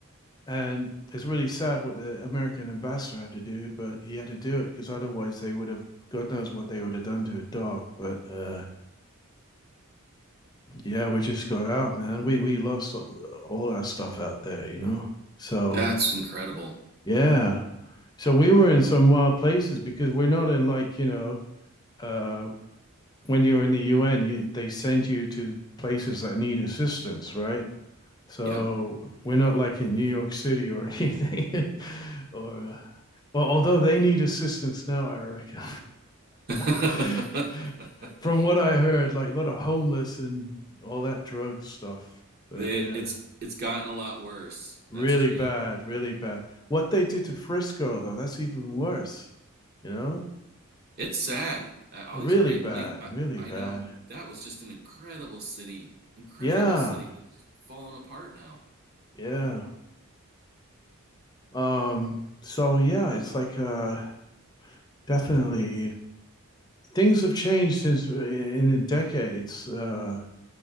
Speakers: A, on the left; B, on the right.
A: and it's really sad what the American ambassador had to do, but he had to do it because otherwise they would have. God knows what they would have done to a dog, but uh, yeah, we just got out, man. We we lost all, all our stuff out there, you know. So
B: That's incredible.
A: yeah, so we were in some wild places because we're not in like you know uh, when you're in the UN, you, they send you to places that need assistance, right? So
B: Yep.
A: we're not like in New York City or anything, <laughs> or uh, well, although they need assistance now, I reckon.
B: <laughs>
A: <laughs> From what I heard, like a lot of homeless and all that drug stuff. But
B: They,
A: yeah,
B: it's it's gotten a lot worse.
A: really
B: That's true.
A: bad, really bad. What they did to Frisco, though, that's even worse, you know?
B: It's sad. Uh, all
A: Really
B: these great
A: bad,
B: places. I,
A: really
B: I
A: bad.
B: know that was just an incredible city, incredible
A: Yeah,
B: city that's just falling apart now.
A: yeah. Um, so yeah, it's like uh, definitely things have changed since uh, in, in decades, uh,